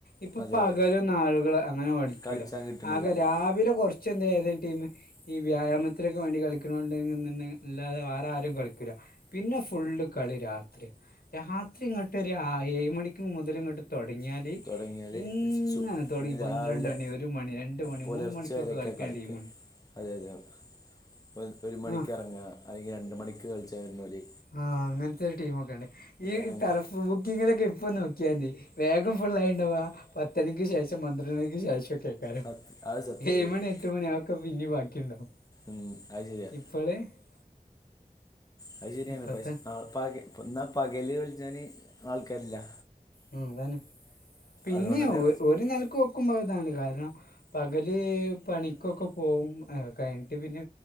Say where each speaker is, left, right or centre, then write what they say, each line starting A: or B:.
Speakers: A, on the left; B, on the left.
A: ഇപ്പോ
B: അതെ
A: പകലൊന്നും
B: അതെ
A: ആള്കൾ അങ്ങനെ <unintelligible> ക്കൂല
B: കളിച്ചാൻ കിട്ടണില്ല
A: ആകെ
B: അതെ
A: രാവിലെ കൊർച്ച് <unintelligible> ഏതേം ടീമ് ഈ വ്യായാമത്തിനൊക്കെ വേണ്ടി കളിക്ക് <unintelligible> അല്ലാതെ വേറെ ആരും കളിക്കൂല്ലാ പിന്നെ ഫുള്ള് കളി രാത്രി രാത്രി ഇങ്ങട്ട് ആ ഏഴ് മണിക്ക് മുതല് ഇങ്ങട്ട് തൊടങ്ങിയാല്
B: തുടങ്ങിയാൽ
A: ഇങ്ങനെ
B: സു
A: തോടങ്ങി
B: രാവിലെ
A: പന്ത്രണ്ടണി ഒ ഒരു മണി രണ്ട് മണി
B: പുലർച്ചെ
A: മൂന്ന് മണിക്കൊക്കെ
B: വരെയൊക്കെ
A: കളിക്ക്ണ
B: കളിക്കുക
A: ടിമ്ണ്ട്
B: അതെ അതെ ഒര് ഒര് മണിക്ക്
A: ആ
B: എറങ്ങാ അല്ലെങ്കി രണ്ട് മണിക്ക് കൾച്ചാൻ വര്നൊല്
A: ആഹ്, അങ്ങൻത്തെ ഒര് ടീമോക്കണ്ട് ഈ
B: അങ്ങനെ
A: ടെറഫ് ബുക്കിങ്ങിലൊക്കെ ഇപ്പൊ നോക്കിയാതി വേഗം ഫുൾ ആയിണ്ടാവ പത്തണിക്ക് ശേഷം പന്ത്രണ്ടണിക്ക് ശേഷം ഒക്കെയ്കാരം
B: സത്യ അത് സത്യം
A: ഏഴ്
B: സത്യം
A: മണി എട്ട് മണി ആ പിന്നിം ബാക്കി ണ്ടാവും.
B: ഉം അയ് ശരിയാ
A: <unintelligible>
B: അത് ശെരിയാണ്
A: ഇപ്പോഴത്തെ
B: പശെ <unintelligible> ന്നാ പകല് കളിച്ചാന് ആൾക്കാരില്ലാ.
A: ഉം അതാണ് പിന്നെ
B: അതുകൊണ്ട് തന്നെ
A: ഒര് ഒര് നേലക്കോ നക്കുമ്പോ ഇതാണ് കാരണം പകല് പണിക്കൊക്കെ പോകും, കഴിഞ്ഞിട്ട് പിന്നെ